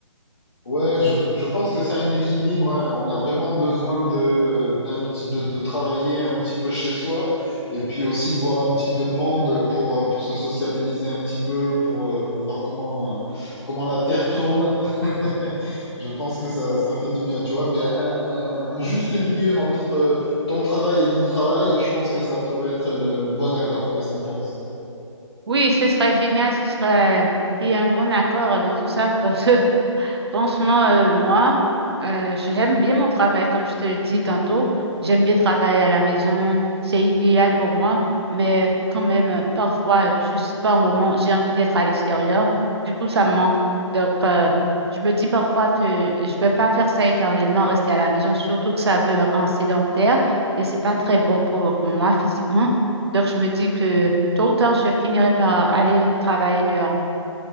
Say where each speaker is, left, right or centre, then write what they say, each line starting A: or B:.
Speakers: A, on the left (about 50°); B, on the right (about 55°).
A: Ouais, je, je pense que c'est un équilibre. hein. On a vraiment besoin de, d'un petit, de, de travailler un petit peu chez soi et puis aussi de voir un petit peu de monde pour, euh, pour se sociabiliser un petit peu, pour, euh, pour voir comment, euh, comment la Terre tourne. <laughs> Je pense que ça, ça fait du bien, tu vois. Mais un, un, un juste milieu entre euh, ton travail et mon travail, je pense que ça pourrait être le, le bon accord. Qu'est-ce que t'en penses?
B: Oui, ce serait génial, ce serait il y a un bon accord dans tout ça, parce que <laughs> Franchement, euh, moi, euh, j'aime bien mon travail, comme je te le dis tantôt. J'aime bien travailler à la maison. C'est idéal pour moi, mais quand même, euh, parfois, juste par moment, j'ai envie d'être à l'extérieur. Du coup, ça me manque. Donc, euh, je me dis parfois que je ne vais pas faire ça éternellement, rester à la maison, surtout que ça veut me rendre sédentaire et c'est pas très bon pour moi physiquement. Donc, je me dis que tôt ou tard, je finirai par aller travailler dehors.